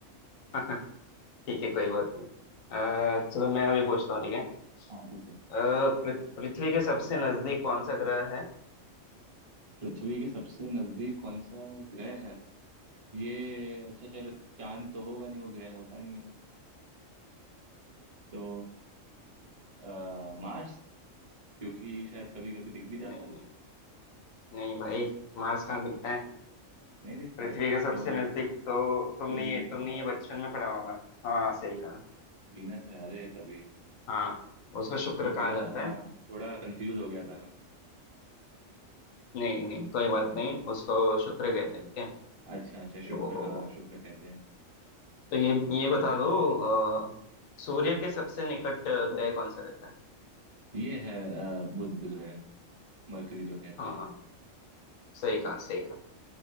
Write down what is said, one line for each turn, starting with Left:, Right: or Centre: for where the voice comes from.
Left: हम्म <laughs> ठीक है कोई बात नहीं अ, चलो मैं अभी पूछता हूँ ठीक है
Right: हाँ पूछो
Left: अ, पृ- पृथ्वी के सबसे नजदीक कौन सा ग्रह है
Right: पृथ्वी के सबसे नजदीक कौन सा ग्रह है ये अच्छा चलो चांद तो होगा नहीं वो ग्रह होता नहीं है तो आ, मार्स क्योंकि शायद कभी कभी दिख भी
Left: नहीं
Right: जाता है
Left: नहीं नहीं भाई मार्स कहाँ दिखता है?
Right: नहीं दिखता
Left: पृथ्वी
Right: है
Left: का सबसे
Right: तो
Left: नजदीक तो तुमने
Right: तो वीनस
Left: ये तुमने
Right: होगा
Left: ये बचपन में पढ़ा होगा हाँ सही कहा
Right: वीनस है अरे तभी
Left: हाँ उसको शुक्र
Right: इसमें
Left: कहा
Right: थोड़ा
Left: जाता
Right: हाँ
Left: है
Right: थोड़ा कंफ्यूज हो गया था मैं
Left: नहीं नहीं कोई बात नहीं उसको शुक्र कहते हैं ठीक है
Right: अच्छा
Left: तो
Right: अच्छा शुक्र हाँ शुक्र कहते हैं
Left: तो ये ये बता दो अ, सूर्य के सबसे निकट ग्रह कौन सा रहता है
Right: ये है आ, बुध ग्रह मरकरी जो कहते
Left: हाँ
Right: हैं
Left: सही कहा सही कहा